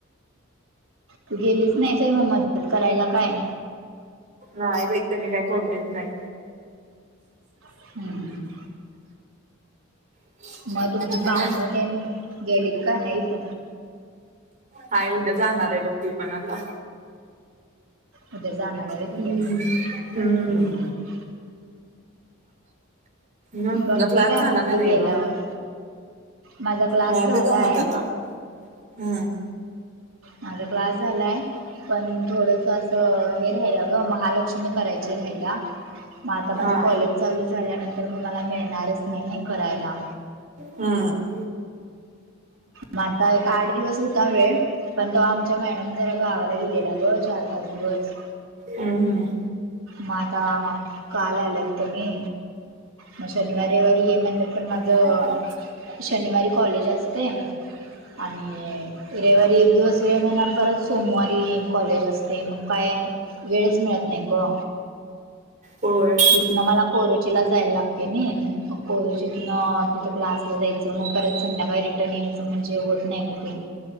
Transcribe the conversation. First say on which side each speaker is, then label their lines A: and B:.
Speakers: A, on the right; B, on the right.
A: तू गेलीच नाहीस होय मग मदत करायला काय?
B: नाही बाई त्यांनी काय करू देत नाही.
A: हम्म.
B: <unintelligible>
A: मग तुमची
B: मग
A: पाहुण तेन गेलीत काय होईत?
B: हाय उद्या जाणार आहे बघ ती पण आता.
A: उद्या जाणार आहे
B: हम.
A: ती आहे. हम्म.
B: मग
A: गमते
B: तुझा क्लास
A: काय
B: झाला
A: मग
B: का
A: ती
B: नाही
A: गेल्यावर
B: ग?
A: माझा क्लास
B: नाही
A: झालाय
B: बाई गमत आता हं
A: माझा क्लास झालाय, पण थोडस असं महालक्ष्मी करायची राहिल्या, मग आता माझ
B: हा.
A: कॉलेज चालू झाल्यानंतर मग मला मिळणारच नाही नाही करायला.
B: हम.
A: मग आता एक, आठ दिवस होता वेळ पण तवा आमच्या मॅडम जरा गावाला गेलेल्या ग चार पाच दिवस
B: हं हं.
A: म आता, काल आल्यात तेनी मग शनिवार रविवारी ये म्हणतात पण माझं
B: हम्म.
A: शनिवारी कॉलेज असतय, आणि रविवारी एक दिवस वेळ मिळणार, परत सोमवारी कॉलेज असतय, मग काय वेळच मिळत नाही ग
B: होय.
A: मग मला कोरचीला जायला लागतय नई, मग कोरचीतन तिथं क्लासला जायचं मग परत संध्याकाळी रिटर्न यायचं म्हणजे होत नाही ग म ते